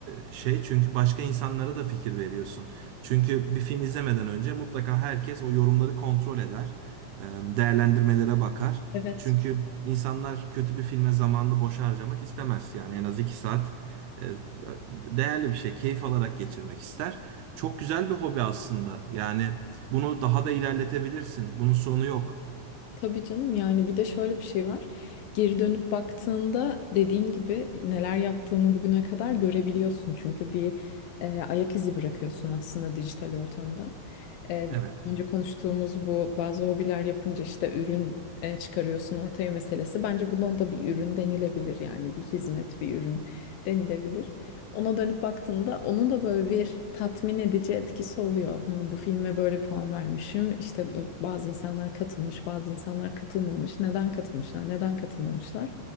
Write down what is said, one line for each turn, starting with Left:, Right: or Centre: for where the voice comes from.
Right: e, şey. Çünkü başka insanlara da fikir veriyorsun. Çünkü bir film izlemeden önce mutlaka herkes o yorumları kontrol eder. Ee, Değerlendirmelere bakar.
Left: Evet.
Right: Çünkü insanlar kötü bir filme zamanını boş harcamak istemez. Yani en az iki saat e, değerli bir şey, keyif alarak geçirmek ister. Çok güzel bir hobi aslında. Yani bunu daha da ilerletebilirsin. Bunun sonu yok.
Left: Tabii canım yani bir de şöyle bir şey var. Geri dönüp baktığında dediğin gibi neler yaptığını bugüne kadar görebiliyorsun. Çünkü bir e, ayak izi bırakıyorsun aslında dijital ortamda. E,
Right: Evet.
Left: az önce konuştuğumuz bu bazı hobiler yapınca işte ürün e, çıkarıyorsun ortaya meselesi. Bence bundan da bir ürün denilebilir yani bir hizmet bir ürün denilebilir ona dönüp baktığında onun da böyle bir tatmin edici etkisi oluyor. Hı, bu filme böyle puan vermişim. İşte bir- bazı insanlar katılmış, bazı insanlar katılmamış. Neden katılmışlar, neden katılmamışlar?